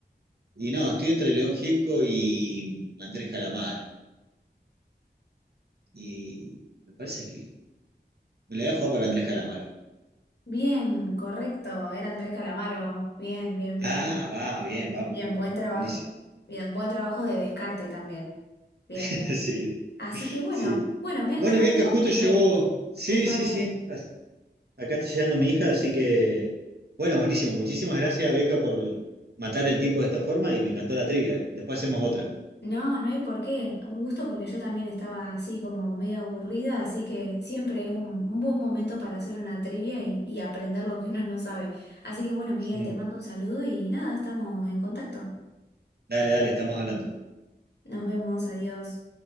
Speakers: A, on the right; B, on the left.
A: Y no, estoy entre León Gieco y Andrés Calamaro. Y me parece que me la voy a jugar por Andrés Calamaro.
B: Bien, correcto, era Andrés Calamaro. Bien, bien, bien.
A: Ah, va, bien, vamos,
B: Bien,
A: vamos,
B: buen
A: vamos.
B: trabajo.
A: Buenísimo.
B: Bien, buen trabajo de descarte también. Bien,
A: <laughs>
B: bien.
A: Sí,
B: Así que bueno,
A: sí.
B: bueno, me has
A: Bueno,
B: ganado
A: Bianca,
B: vos,
A: justo
B: Miguel,
A: llegó. Sí,
B: esta
A: sí, sí.
B: vez.
A: Acá está llegando mi hija, así que, bueno, buenísimo. Muchísimas gracias, Bianca, por matar el tiempo de esta forma y me encantó la trivia. Después hacemos otra.
B: No, no hay por qué. Un gusto porque yo también estaba así como media aburrida, así que siempre es un, un buen momento para hacer una trivia y, y aprender lo que uno no sabe. Así que bueno,
A: <laughs>
B: Miguel, te mando un saludo y nada, estamos en contacto.
A: Dale, dale, estamos hablando.
B: Nos vemos, adiós.